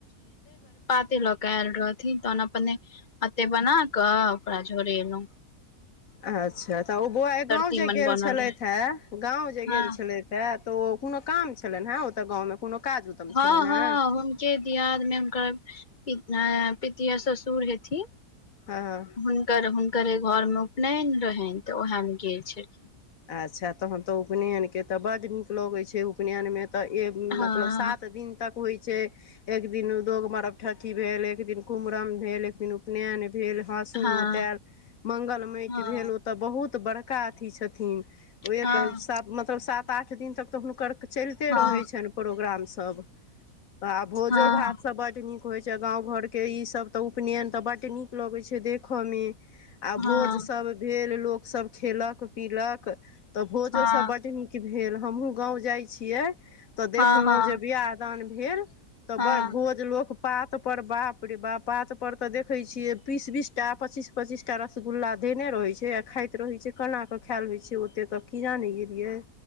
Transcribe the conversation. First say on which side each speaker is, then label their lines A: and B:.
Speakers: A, on the left (about 40°); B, on the left (about 60°).
A: ते लऽ कऽ आयल रहथिन तहन अपने अत्तै बना कऽ ओकरा झोड़ेलौं
B: अच्छा तऽ ओ बौआ यै गाँंव
A: तीमन
B: जे गेल
A: बनल
B: छलथि
A: रहे
B: हे गाँंव जे गेल
A: हँ
B: छलथि हे तऽ ओ कोनो काम छलनि हें ओतऽ गाँवमे कोनो काज उदम
A: हँ
B: छलनि
A: हँ
B: हेँ
A: हुनके दियाद मे हुनकर पित पितियौत ससुर हेथिन
B: हँ
A: हुनकर हुनकरे घर मे उपनयन रहैन तऽ ओएहेमे गेल छेलखिन
B: अच्छा तहन तऽ उपनयनके तऽ बड्ड नीक लगै छै उपनयनमे तऽ ए
A: हँ
B: मतलब सात दिन तक होइ छै एक दिन दोग मरगठठी भेल एक दिन कुमरन भेल एक दिन उपनयन भेल हाँसुनोतेल
A: हँ
B: मंगलमयके
A: हँ
B: भेल ओतऽ बहुत बड़का अथी छथिन ओ एक
A: हँ
B: सात मतलब सात आठ दिन तक तऽ हुनकर चलिते
A: हँ
B: रहै छनि प्रोग्राम सब तऽ भोजो
A: हँ
B: भात सब बड्ड नीक होइ छै गाँव घर के ई सब तऽ उपनयन तऽ बड्ड नीक लगै छै देखऽमे आ
A: हँ
B: भोजसभ भेल लोकसभ खेलक केलक तऽ भोजो
A: हँ
B: सभ बड्ड नीक भेल हमहुँ गाँव जाय छियै तऽ देखलौं
A: हँ हँ
B: जे बियाह दान भेल तऽ
A: हँ
B: बर भोज लोग पात पर बाप रे बाप पात पर तऽ देखै छीये बीस बीस टा पचीस पचीस टा रसगुल्ला देने रहै छ खाइत रहै छै केना कऽ खायल होइ छै ओतेक कऽ कीजाने गेलियै